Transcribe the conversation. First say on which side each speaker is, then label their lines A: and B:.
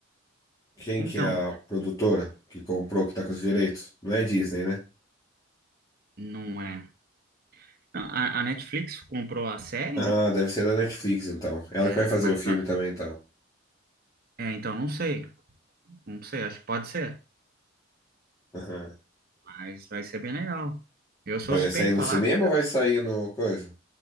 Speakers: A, on the left; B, on the right.
A: quem
B: Então,
A: que é a produtora que comprou, que tá com os direitos? Não é Disney, né?
B: não é. não, A, a Netflix comprou a série,
A: Ah,
B: né?
A: deve ser da Netflix, então. Ela
B: É,
A: que vai fazer
B: mas.
A: o filme
B: a-
A: também, então.
B: é, então, não sei. Não sei, acho que pode ser.
A: Aham.
B: Mas vai ser bem legal. Eu sou
A: Mas
B: suspeito
A: Vai sair
B: de
A: no
B: falar.
A: cinema ou vai sair no coisa?